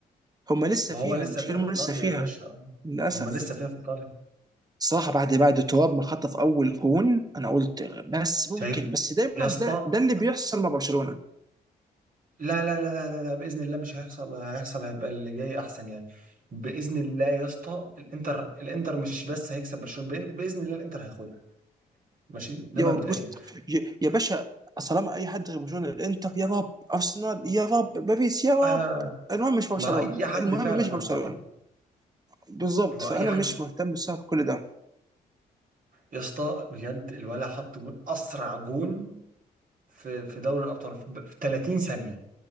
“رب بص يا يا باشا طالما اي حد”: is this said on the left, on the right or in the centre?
Right